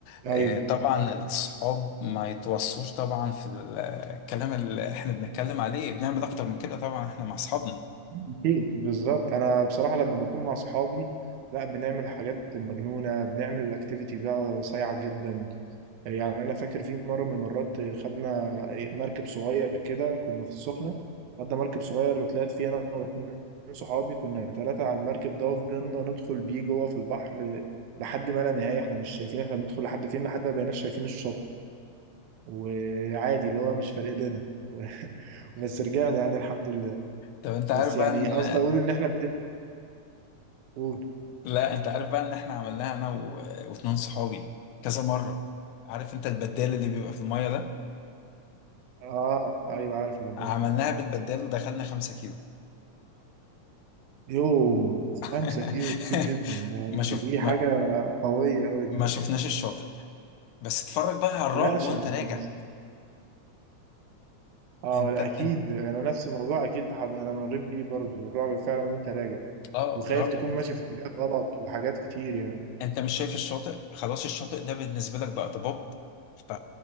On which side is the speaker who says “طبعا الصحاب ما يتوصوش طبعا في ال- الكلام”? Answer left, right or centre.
Left